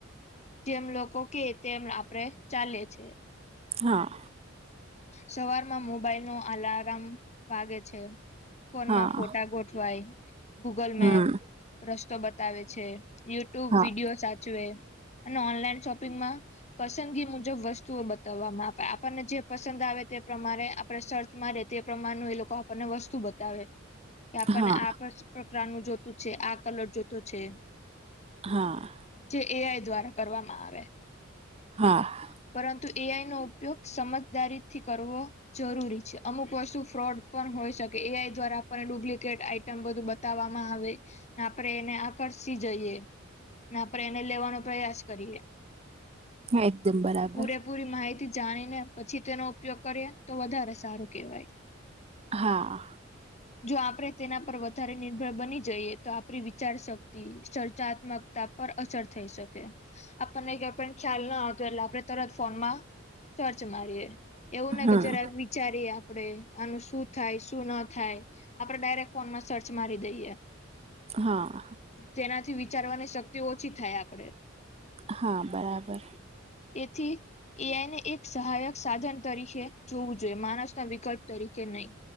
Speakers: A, on the left (about 35°); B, on the right (about 30°).
A: જેમ લોકો કે તેમ આપડે ચાલે છે.
B: હા.
A: સવારમાં મોબાઈલ, નો અલારાર્મ વાગે છે. ફોનમાં
B: હા
A: ફોટા ગોઠવાય ગૂગલ,
B: હમ
A: મેપ રસ્તો બતાવે છે, યુટ્યુબ
B: હા
A: વિડીિયો સાચવે અને ઓનલાઈન શોપિંગમાં પસંદગી મુજબ વસ્તુઓ, બતાવવામાં આ આપણને જે પસંદ આવે, તે પ્રમાણે આપણે સર્ચ મારે તે પ્રમાનું એ લોકો આપણને વસ્તુ, બતાવે કે આપણને
B: હા હા
A: આ નું જોતું છે, આ કલર જોતો છે.
B: હા
A: જે એઆઈ, દ્વારા કરવામાં આવે
B: હા
A: પરંતુ એઆઈ નો ઉપયોગ, સમજદારીથી કરવો જરૂરી છે. અમુક વસ્તુ ફ્રોડ પણ હોય, શકે એ આઈ દ્વારા આપણને ડુપ્લિકેટ આઈટમ બધું બતાવવામાં આવે આપે એને આકર્ષી જઈએ. ના આપણે એને લેવાનો, પ્રયાસ કરીએ
B: હા, એકદમ બરાબર
A: પૂરેપૂરી માહિતી જાણીને પછી, તેનો ઉપયોગ કરીએ તો વધારે સારું કહેવાય <unintelligible>
B: હા
A: જો આપડણે તેના પર વધારે નિર્ભર બની જઈએ, તો આપણી વિચાર શક્તિ સર્ચાત્મકતા પર અસર થઈ, શકે આપણને ક ખ્યાલના આવતો એટલે આપણે તરત ફોનમાં સર્ચ મારીએે એવું, ને
B: હમ
A: કે જરાક વિચારીએ આપણેે આનું શું થાય શું ના થાય આપડે ડાયરેક્ટ ફોનમાં સર્ચ મારી દઈએ
B: હા
A: તેનાથી વિચારવાની શક્તિ ઓછી થાય આપણેે
B: હા બરાબર
A: તેથી એઆઈને એક સહાયક સાધન તરીકે જોવું જોઈએ માણસના વિકલ્પ તરીકે નહીં